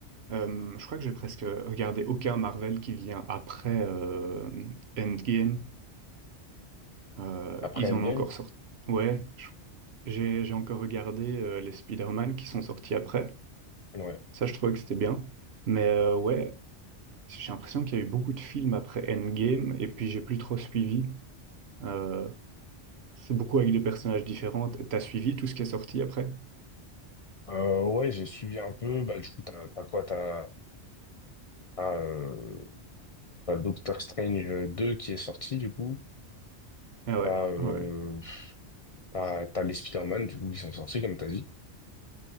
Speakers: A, on the right; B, on the left.
A: euh, je crois que j'ai presque regardé aucun Marvel qui vient après euh, Endgame. Euh,
B: Après
A: ils
B: Endgame?
A: en ont encore sorti. Ouais, je- j'ai, j'ai encore regardé euh, les Spider-Man qui sont sortis après.
B: ouais
A: Ça, je trouvais que c'était bien. Mais euh, ouais, j'ai l'impression qu'il y a eu beaucoup de films après Endgame, et puis j'ai plus trop suivi. euh, C'est beaucoup avec des personnages différents. T- T'as suivi tout ce qui est sorti après?
B: Euh, ouais, j'ai suivi un peu. Bah, du coup, t'as, t'as quoi? T'as, t'as, euh, t'as Doctor Strange 2 qui est sorti, du coup.
A: Ah ouais,
B: T'as, euh,
A: ouais.
B: t'as, t'as les Spider-Man, du coup, qui sont sortis, comme t'as dit.